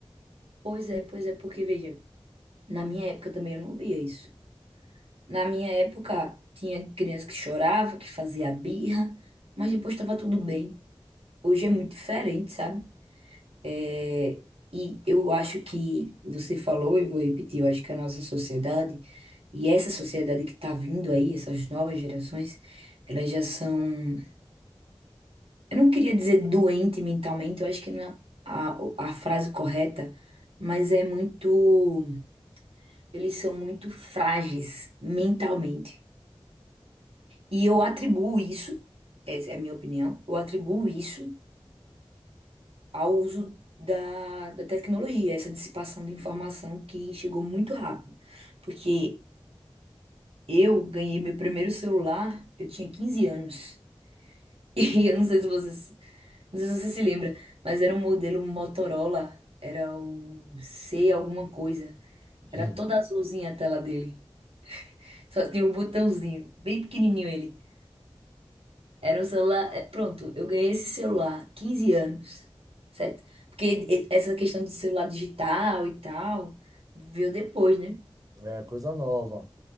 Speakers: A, on the right; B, on the right.
A: pois é, pois é, porque veja, na minha época também eu não via isso. Na minha época tinha criança que chorava, que fazia birra, mas depois estava tudo bem. Hoje é muito diferente, sabe? É, E eu acho que você falou, eu vou repetir, eu acho que a nossa sociedade e essa sociedade que está vindo aí, essas novas gerações, elas já são, eu não queria dizer doente mentalmente, eu acho que não é a, a frase correta, mas é muito, eles são muito frágeis mentalmente. E eu atribuo isso, essa é a minha opinião, eu atribuo isso ao uso da, da tecnologia, essa dissipação de informação que chegou muito rápido. Porque eu ganhei meu primeiro celular, eu tinha 15 anos. <laughs> E eu não sei se vocês, não sei se você se lembra, mas era um modelo Motorola, era o C alguma coisa. Era
B: Hum.
A: toda azulzinha a tela dele. Só tinha um botãozinho, bem pequenininho ele. Era um celular. é, Pronto, eu ganhei esse celular, 15 anos, certo? Porque e- essa questão do celular digital e tal, veio depois, né?
B: É coisa nova.